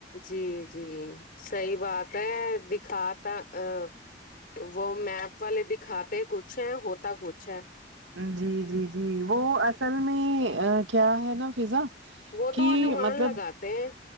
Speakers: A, on the left (about 50°); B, on the right (about 85°).
A: جی جی صحیح بات ہے دکھاتا ا وہ میپ والے دکھاتے کچھ ہے ہوتا کچھ ہے
B: جی جی جی وہ اصل میں کیا ہے نا فضا
A: وہ
B: کہ
A: تو انومان
B: مطلب
A: لگاتے ہیں